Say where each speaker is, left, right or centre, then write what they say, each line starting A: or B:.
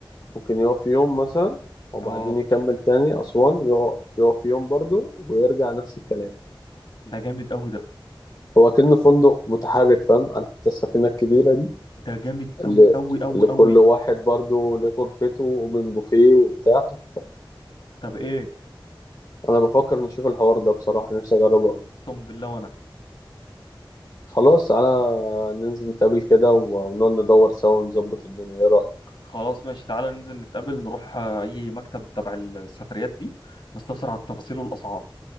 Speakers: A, on the left; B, on the left.
A: ممكن يقف يوم مثلا وبعدين
B: اه
A: يكمل تاني أسوان يقف يقف يوم برضه ويرجع نفس الكلام
B: ده جامد قوي ده
A: هو كأنه فندق متحرك فاهم عارف انت السفينة الكبيرة دي
B: ده جامد
A: ل...
B: قوي قوي قوي
A: لكل
B: قوي
A: واحد برضو ليه غرفته ومن بوفيه وبتاع تحفة
B: طب ايه
A: أنا بفكر نشوف الحوار ده بصراحة نفسي أجربه أوي
B: اقسم بالله وانا
A: خلاص تعالى ننزل نتقابل كده و- ونقعد ندور سوا ونظبط الدنيا إيه رأيك؟
B: خلاص ماشي تعالى ننزل نتقابل نروح آه، اي مكتب تبع السفريات دي نستفسر على التفاصيل والاسعار